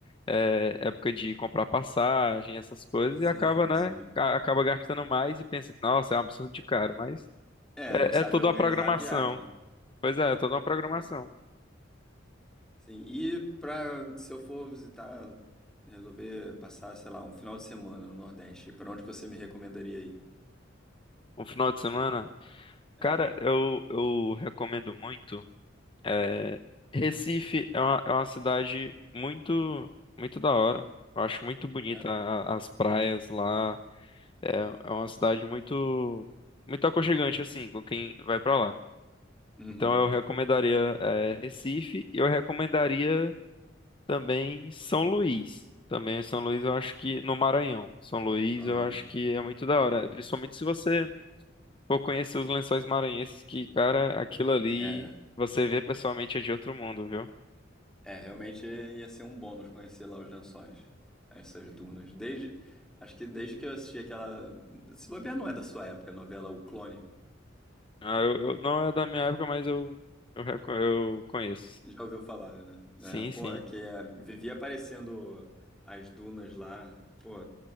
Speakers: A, on the left; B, in the centre.
A: é, época de comprar passagem, essas coisas,
B: Sim,
A: e acaba, né?
B: sim.
A: ca- Acaba gastando mais e pensa que, nossa, é um absurdo de caro, mas
B: É,
A: é,
B: não sabe
A: é toda
B: organizar
A: uma programação.
B: a viagem,
A: Pois é, é toda
B: com
A: uma programação.
B: certeza. Sim, e pra, se eu for visitar, resolver passar, sei lá, um final de semana no Nordeste, pra onde que você me recomendaria ir?
A: Um final de semana.
B: É.
A: Cara, eu, eu recomendo muito. é, Recife é uma, é uma cidade muito, muito da hora. Eu acho muito bonita
B: É.
A: a- as praias lá. É, é uma cidade muito, muito aconchegante, assim, com quem vai pra lá.
B: Uhum.
A: Então eu recomendaria, é, Recife e eu recomendaria também São Luís. Também São Luís eu acho que no Maranhão. São Luís
B: Aham.
A: eu acho que é muito da hora. Principalmente se você for conhecer os Lençóis Maranhenses, que, cara, aquilo ali
B: É,
A: você vê pessoalmente é de outro mundo, viu?
B: é, realmente ia ser um bônus conhecer lá os lençóis, essas dunas. Desde, acho que desde que eu assisti aquela, se bobear não é da sua época, a novela O Clone,
A: Ah, eu- eu- não é da minha época, mas eu, eu, reco- eu conheço.
B: já ouviu falar, né?
A: Sim,
B: É, pô,
A: sim.
B: que é, vivia aparecendo as dunas lá, pô,